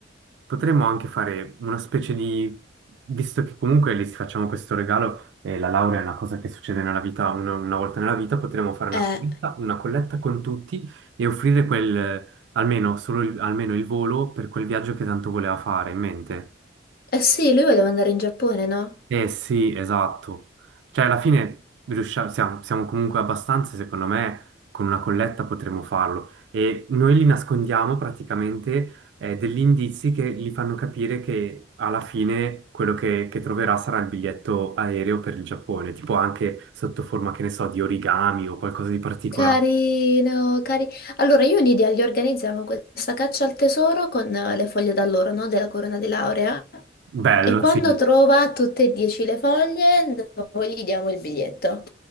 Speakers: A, on the right (about 65°); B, on the left (about 50°).
A: Potremmo anche fare una specie di. Visto che comunque lì facciamo questo regalo, e la laurea è una cosa che succede nella vita, una, una volta nella vita, potremmo fare una
B: Eh,
A: colletta, una colletta con tutti e offrire quel, almeno, solo il- almeno il volo per quel viaggio che tanto voleva fare in mente.
B: eh sì, lui voleva andare in Giappone, no?
A: Eh sì, esatto. Cioè, alla fine riusciamo, siamo, siamo comunque abbastanza, secondo me, con una colletta potremo farlo. E noi li nascondiamo praticamente eh, degli indizi che gli fanno capire che alla fine quello che, che troverà sarà il biglietto aereo per il Giappone, tipo anche sotto forma, che ne so, di origami o qualcosa di particolare.
B: Carino, carino. Allora, io in idea gli organizziamo questa caccia al tesoro con eh, le foglie d'alloro, no? Della corona di laurea.
A: Bello,
B: E quando
A: sì.
B: trova tutte e dieci le foglie, noi gli diamo il biglietto.